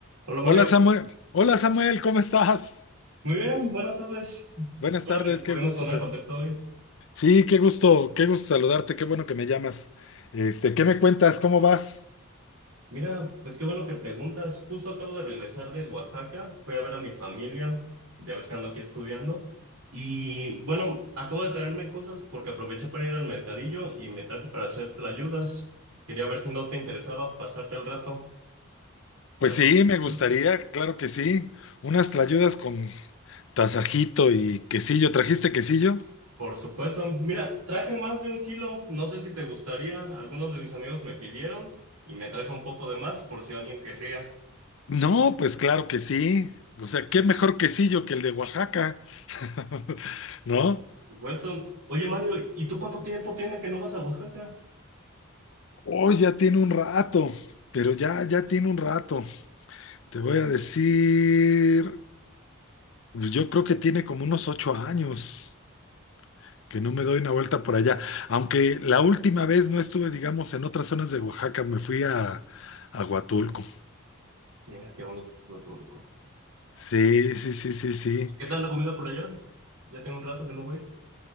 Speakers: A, on the right (about 85°); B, on the left (about 60°).
A: Hola
B: Hola
A: Mario,
B: Samuel, hola Samuel, ¿cómo estás?
A: muy bien, buenas tardes. Bueno
B: Buenas tardes,
A: que nos pudimos
B: qué gusto.
A: poner
B: sa-
A: en contacto hoy.
B: Sí, qué gusto, qué gusto saludarte, qué bueno que me llamas. Este, ¿qué me cuentas? ¿Cómo vas?
A: Mira, pues qué bueno que preguntas. Justo acabo de regresar de Oaxaca, fui a ver a mi familia, ya ves que ando aquí estudiando. Y bueno, acabo de traerme cosas porque aproveché para ir al mercadillo y me traje para hacer ayudas. Quería ver si no te interesaba pasarte al rato
B: Pues
A: para que
B: sí,
A: me
B: me gustaría,
A: ayudaras.
B: claro que sí. Unas tlayudas con tasajito y quesillo. ¿Trajiste quesillo?
A: Por supuesto, mira, traje más de un kilo, no sé si te gustaría. Algunos de mis amigos me pidieron y me traje un poco de más por si alguien querría.
B: No, pues claro que sí. O sea, qué mejor quesillo que el de Oaxaca, <laughs> ¿no?
A: Wilson, oye Mario, ¿y tú oye, Mario, ¿y tú cuánto tiempo tiene que no vas a Oaxaca?
B: Oh, ya tiene un rato, pero ya, ya tiene un rato. Te voy a decir. Pues yo creo que tiene como unos ocho años que no me doy una vuelta por allá. Aunque la última vez no estuve, digamos, en otras zonas de Oaxaca, me fui a, a Huatulco.
A: Mira, qué bonito lo público.
B: Sí, sí, sí, sí, sí.
A: ¿Qué tal la comida por allá? Ya tengo un rato que no voy.